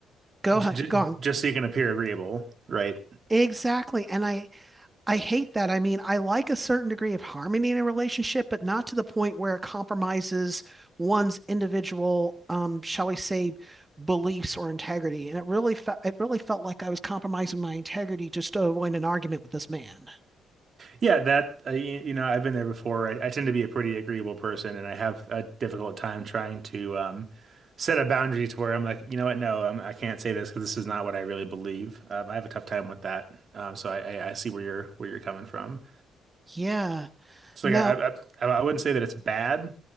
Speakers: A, on the right; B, on the right.
A: Go,
B: J
A: h-
B: j-
A: go on.
B: just so you can appear agreeable, right?
A: Exactly. And I I hate that. I mean, I like a certain degree of harmony in a relationship, but not to the point where it compromises one's individual, um, shall we say, beliefs or integrity. And it really felt it really felt like I was compromising my integrity just to avoid an argument with this man.
B: Yeah, that uh, you, you know, I've been there before. I, I tend to be a pretty agreeable person, and I have a difficult time trying to um, set a boundary to where I'm like, you know what, no, um, I can't say this because this is not what I really believe. Um, I have a tough time with that. Um, so I, I, I see where you're where you're coming from.
A: Yeah.
B: So
A: Now,
B: yeah, I, I I wouldn't say that it's bad.